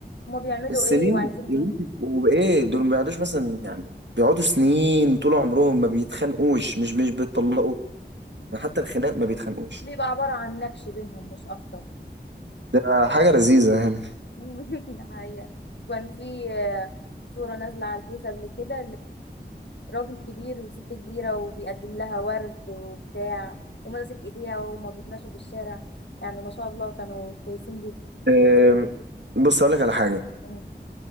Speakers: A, on the left; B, on the right.
A: هما بيعملوا
B: السنين
A: ايه وعايزين
B: يا
A: ايه
B: بنتي وبايه دول ما بيقعدوش مثلا يعني بيقعدوا سنين طول عمرهم ما بيتخانقوش مش مش بيتطلقوا يعني حتى الخناق ما بيتخانقوش
A: بيبقى عبارة عن نكش بينهم مش أكتر
B: ده حاجة لذيذة يعني
A: <laughs> الحقيقة كان في آه، صورة نازلة على الفيس قبل كده لراجل كبير وست كبيرة وبيقدم لها ورد وبتاع وماسك ايديها وهما بيتمشوا في الشارع يعني ما شاء الله كانوا كويسين جدا
B: أم، بص أقول لك على حاجة
A: مم.